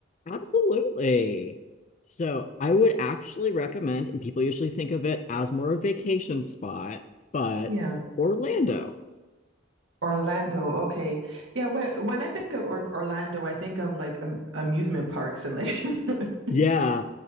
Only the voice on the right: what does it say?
Yeah.
Orlando, okay. Yeah, when when I think of or Orlando, I think of like um, amusement parks and like <laughs>